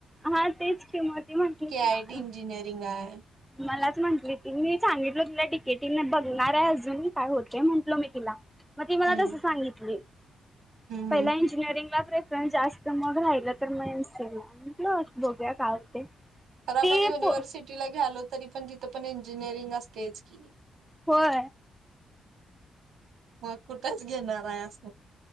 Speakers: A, in the centre; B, on the right.
A: हा तेच की मग ती म्हटली
B: के
A: की
B: आय
A: म-
B: टी इंजिनयरिंग आहेय.
A: मलाच म्हंटली ती मी सांगितल तिला डी के टी बघणार आहे अजून काय होते म्हंटलो मी तिला मग ती मला
B: हम्म
A: तसं सांगितली
B: हम्म
A: पहिला
B: हम्म
A: इंजिनिअरिंगला प्रेफरन्स जास्त मग राहिला तर मग म्हटलं बघूया काय होते
B: तर आपण
A: ती
B: युनिव्हर्सिटीला
A: पो
B: घ्यालोत तरी पण तिथं पण इंजिनिअरिंग असतेयच की
A: होय
B: मग कुठेच घेणार आहे अस